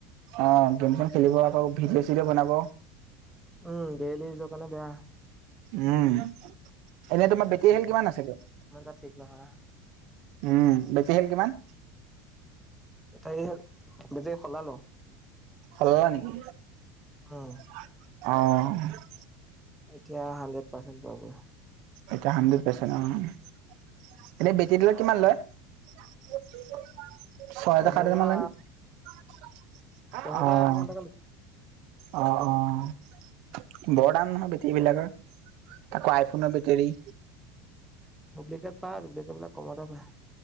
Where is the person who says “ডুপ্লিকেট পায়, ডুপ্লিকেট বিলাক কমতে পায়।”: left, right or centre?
Centre